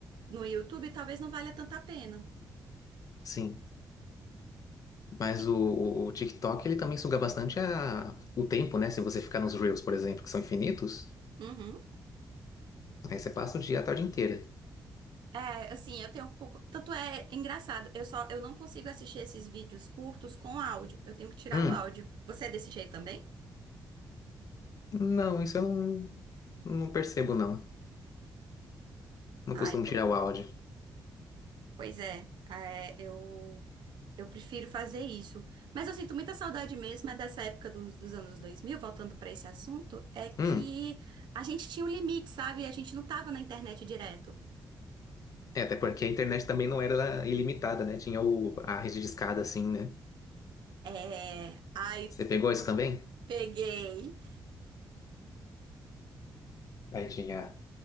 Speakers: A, on the right; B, on the left.
A: no YouTube, talvez não valha tanta a pena.
B: sim. Mas
A: E-
B: o, o- o TikTok, ele também suga bastante a- o tempo, né? Se você ficar nos Reels, por exemplo, que são infinitos,
A: Uhum.
B: aí você passa o dia, a tarde inteira.
A: É, assim, eu tenho um pouco. Tanto é engraçado, eu só eu não consigo assistir esses vídeos curtos com áudio. Eu tenho que tirar
B: Hum,
A: o áudio. Você é desse jeito também?
B: não, isso eu não, não percebo, não. Não costumo
A: Ai, po-
B: tirar o áudio.
A: pois é. É, eu eu prefiro fazer isso. Mas eu sinto muita saudade mesmo é dessa época dos, dos anos 2000. voltando para esse assunto, é que
B: Hum,
A: a gente tinha um limite, sabe? A gente não tava na internet direto.
B: é, até porque a internet também não era ilimitada, né? Tinha o, a rede de escada, assim, né?
A: É, ai,
B: Você pegou
A: eu
B: isso também?
A: peguei.
B: Aí tinha,